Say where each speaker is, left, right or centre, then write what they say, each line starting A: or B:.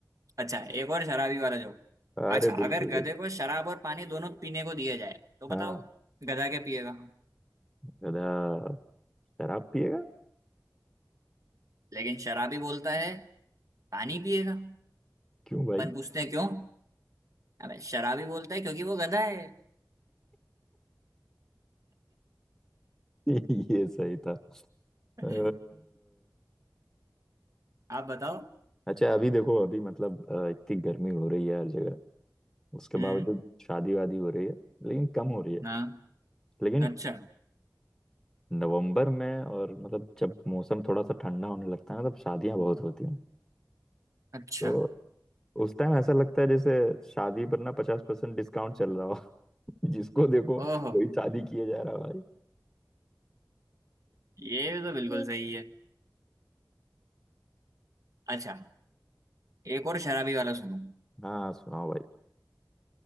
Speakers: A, on the right; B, in the centre.
A: अच्छा एक और शराबी वाला जोक
B: अरे
A: अच्छा
B: बिल्कुल
A: अगर गधे
B: बिल्कुल।
A: को शराब और पानी दोनों पीने को दिया जाए तो बताओ
B: हाँ
A: गधा क्या पिएगा
B: गधा शराब पिएगा
A: लेकिन शराबी बोलता है पानी पिएगा
B: क्यों भाई
A: अपन पूछते हैं क्यों अबे शराबी बोलता है क्योंकि वो गधा है
B: <laughs> ये सही था
A: <laughs>
B: अ,
A: आप बताओ
B: अच्छा अभी देखो अभी मतलब अ, इतनी गर्मी हो रही है हर जगह उसके बावजूद
A: हम्म
B: शादी वादी हो रही है लेकिन कम हो रही है
A: हाँ
B: लेकिन
A: अच्छा
B: नवंबर में और मतलब जब मौसम थोड़ा सा ठंडा होने लगता है ना तब शादियां बहुत होती हैं
A: अच्छा
B: तो उस टाइम ऐसा लगता है जैसे शादी पर ना पचास परसेंट डिस्काउंट चल रहा हो <laughs> जिसको देखो
A: ओहो
B: वही शादी किया जा रहा है भाई
A: ये तो बिल्कुल
B: हम्म।
A: सही है अच्छा एक और शराबी वाला सुनो
B: हाँ सुनाओ भाई